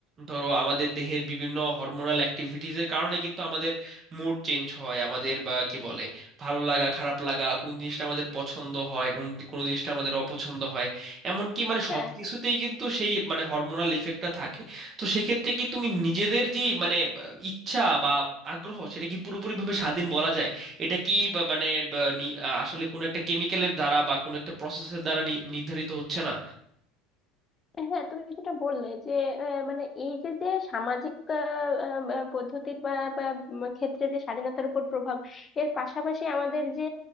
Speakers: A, on the right; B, on the left.
A: ধরো আমাদের দেহের বিভিন্ন হরমোনাল অ্যাক্টিভিটিজের কারণে কিন্তু আমাদের মুড চেঞ্জ হয় আমাদের বা কি বলে ভালো লাগা খারাপ লাগা কোন জিনিসটা আমাদের পছন্দ হয় কোন কোন জিনিসটা আমাদের অপছন্দ হয় এমনকি মানে
B: হ্যাঁ
A: সব কিছুতেই কিন্তু সেই মানে হরমোনাল ইফেক্টটা থাকে তো সেক্ষেত্রে কি তুমি নিজেদের যে মানে ইচ্ছা বা আগ্রহ সেটা কি পুরোপুরিভাবে স্বাধীন বলা যায় এটা কি বা- মানে বা নি- আহ, আসলে কোনো একটা কেমিক্যালের দ্বারা বা কোনো একটা প্রসেসের দ্বারা নি- নির্ধারিত হচ্ছে না
B: হ্যাঁ তুমি যেটা বললে যে আহ, মানে এই যে যে সামাজিক আহ, আম, আহ, পদ্ধতির বা বা, উম, ক্ষেত্রে যে স্বাধীনতার উপর প্রভাব এর পাশাপাশি আমাদের যে